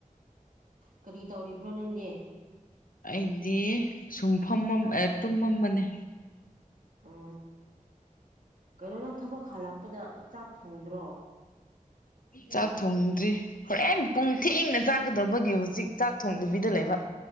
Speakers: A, on the right; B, on the left.
A: ꯀꯔꯤ ꯇꯧꯔꯤꯕ꯭ꯔꯣ ꯅꯪꯗꯤ
B: ꯑꯩꯗꯤ ꯁꯨꯝ ꯐꯝ ꯑ‌ꯦ ꯇꯨꯝꯃꯝꯕꯅꯦ
A: ꯎ ꯀꯩꯅꯣ ꯅꯪ ꯊꯕꯛ ꯍꯜꯂꯛ ꯄꯗ ꯆꯥꯛ ꯊꯣꯡꯗ‍꯭ꯔ‌ꯣ
B: ꯆꯥꯛ ꯊꯣꯡꯗ꯭ꯔꯤ ꯍꯣꯔꯦꯟ ꯄꯨꯡ ꯊꯦꯡꯅ ꯆꯥꯒꯗꯧꯕꯒꯤ ꯍꯧꯖꯤꯛ ꯆꯥꯛ ꯊꯣꯡꯗꯕꯤꯗ ꯂꯩꯕ